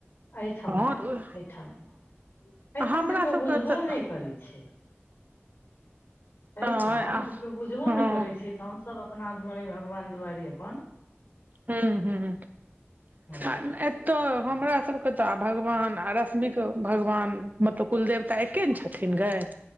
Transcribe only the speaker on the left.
एहिठम
नय
एहिठम नय एहिठम
तऽ केओ
बुझबो
नइ करै छै। एहिठम
तऽ केओ बुझबो
नइ करै छै तऽ हमसभ अपना दुआरे भगवान दुआरे अपन
हूं